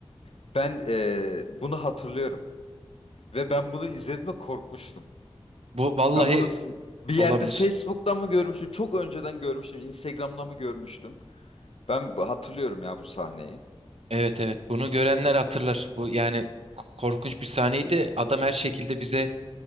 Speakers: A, on the left; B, on the right.
A: Ben eee, bunu hatırlıyorum ve ben bunu izlediğimde korkmuştum.
B: Bu vallahi
A: Ben bunu f- bir yerde
B: olabilir.
A: Facebook'ta mı görmüştüm? Çok önceden görmüştüm. Instagram'da mı görmüştüm? Ben bu- hatırlıyorum ya bu sahneyi.
B: Evet evet bunu görenler hatırlar. Bu yani k- korkunç bir sahneydi. Adam her şekilde bize